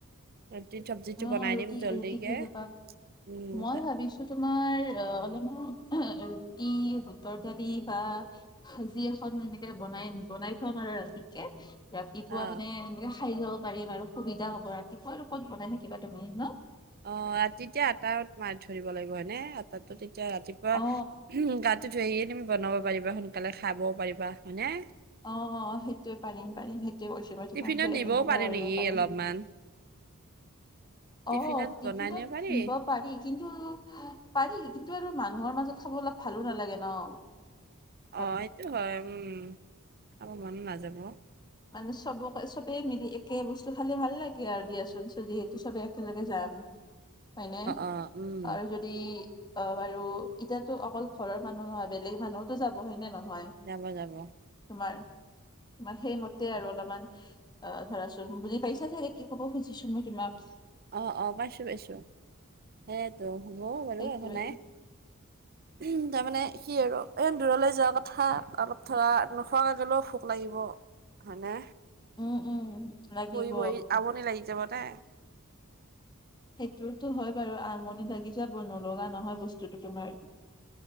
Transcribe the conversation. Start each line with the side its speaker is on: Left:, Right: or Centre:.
Right: ৰুটি চবজিটো
Left: অ
Right: বনাই
Left: অ ৰুটি
Right: দিম।
Left: ৰুটি
Right: জল্দিকে
Left: খাই যাবা
Right: উম
Left: মই
Right: তা-
Left: ভাবিছো তোমাৰ অ, অলপমান ৰুটি বুটৰ দালি বা ভাজি এখন এনেকে বনাই - বনাই থম আৰু ৰাতিকে। ৰাতিপুৱা
Right: অ
Left: মানে এনেকে খাই যাব পাৰিম আৰু সুবিধা হব ৰাতিপুৱা লগত বনাই থাক কিবা তুমি ন
Right: অ, ৰাতিতে আটা মাৰি থৈ দিব লাগিব হয়নে আটাটো তেতিয়া ৰাতিপুৱা
Left: অ
Right: উম, গাটো ধুইয়ে তুমি বনাব পাৰিবা সোনকালে খাবও পাৰিবা হয়নে।
Left: অ', অ', সেইটোয়ে পাৰিম - পাৰিম সেইটোয়ে কিবা যমান
Right: টিফিনত
Left: যে
Right: নিবও
Left: এনেকুৱা
Right: পাৰি
Left: কৰিব
Right: নেকি
Left: পাৰিম।
Right: অলপমান টিফিনত
Left: অ, টিফিনত
Right: বনাই পাৰি
Left: নিব পাৰি কিন্তু পাৰি কিন্তু আৰু মানুহৰ মাজত খাব অলপ ভালো নালাগে ন। <inaudible>
Right: অ, সেইটো হয় উম, অ, মন নাযাব।
Left: মানে চবকে চবেই মিলি একে বস্তু খালে ভাল লাগে আৰু দিয়াচোন চ যিহেতু চবে একেলগে যাম। হয়নে
Right: অ উম
Left: আৰু য দি অ, বাৰু এতিয়াতো অকল ঘৰৰ মানুহ নহয় বেলেগ মানুহছতো যাব হয় নে নহয়।
Right: যাব-যাব।
Left: তোমাৰ - তোমাৰ সেইম তে আৰু অলপমান অ, ধৰাচোন বুজি পাইছা চাগে কি ক'ব খুজিছো মই তোমাক।
Right: অ', অ', পাইছো - পাইছো সেইয়েতো হ'ব বাৰু
Left: সেইটোৱে
Right: একো নাই।
Left: <inaudible>
Right: উমহ তাৰমানে কি আৰু এ দূৰলৈ যোৱা কথা অলপ ধৰা নোখোৱাকৈ গলেও ভোক লাগিব। হয়নে।
Left: উম - উম। লাগিব
Right: বহি- বহি আমনি লাগি যাব তে।
Left: সেইটোতো হয় বাৰু আমনি লাগি যাব নলগা নহয় বস্তুটো তোমাৰ।